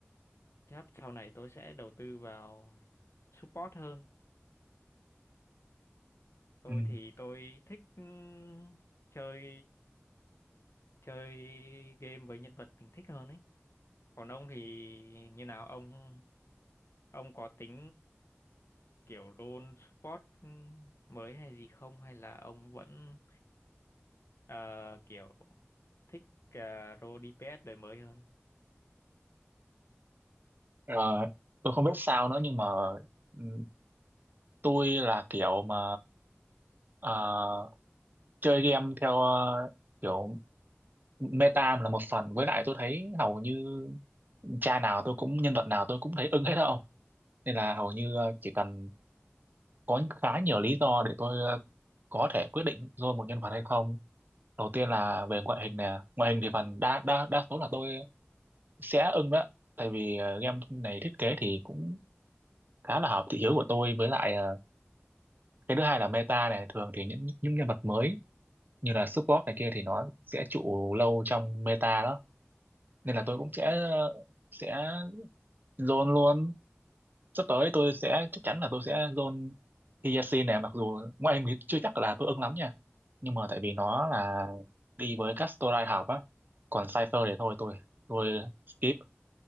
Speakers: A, on the left (about 70°); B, on the right (about 45°).
A: chắc sau này tôi sẽ đầu tư vào support hơn tôi
B: ừ.
A: thì tôi thích ừm, chơi chơi game với nhân vật mình thích hơn ấy còn ông thì như nào ông ông có tính kiểu role support ừm, mới hay gì không hay là ông vẫn ờ, kiểu thích uh, role DPS đời mới hơn
B: Ờ, tôi không biết sao nữa nhưng mà ừ. tôi là kiểu mà à, chơi game theo à, kiểu meta là một phần với lại tôi thấy hầu như cha nào tôi cũng nhân vật nào tôi cũng thấy ưng hết đâu nên là hầu như à, chỉ cần có khá nhiều lý do để tôi à, có thể quyết định rồi một nhân vật hay không đầu tiên
A: Ừ.
B: là về ngoại hình nè ngoại hình thì phần đa đa đa số là tôi sẽ ưng đó tại vì à, game này thiết kế thì cũng khá là hợp thị hiếu của tôi với lại à, cái thứ hai là meta này thường thì những những nhân vật mới như là support này kia thì nó sẽ trụ lâu trong meta đó
A: Ừ.
B: nên là tôi cũng sẽ sẽ zone luôn sắp tới tôi sẽ chắc chắn là tôi sẽ zone Hyacinth này mặc dù ngoại hình thì chưa chắc là tôi ưng lắm nha nhưng mà tại vì nó là đi với Castorai học á còn Cypher
A: Ừ.
B: thì thôi tôi tôi skip